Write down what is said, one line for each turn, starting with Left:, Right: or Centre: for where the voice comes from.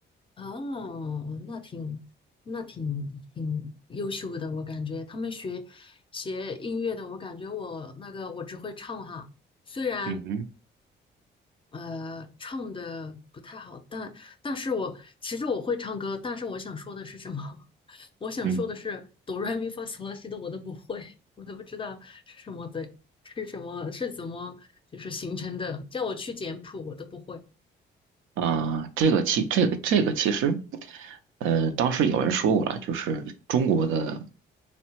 Left: 哦，那挺那挺挺优秀的，我感觉他们学学音乐的，我感觉我那个我只会唱哈，虽然
Right: 嗯哼，
Left: 呃，唱的不太好，但但是我其实我会唱歌，但是我想说的是什么？<laughs> 我想说的是哆来咪发嗦拉西哆我都不会，
Right: 嗯
Left: 我都不知道是什么的，是什么是怎么就是形成的，叫我去简谱我都不会，
Right: 啊，这个其这个这个其实，呃，当时有人说过了，就是中国的。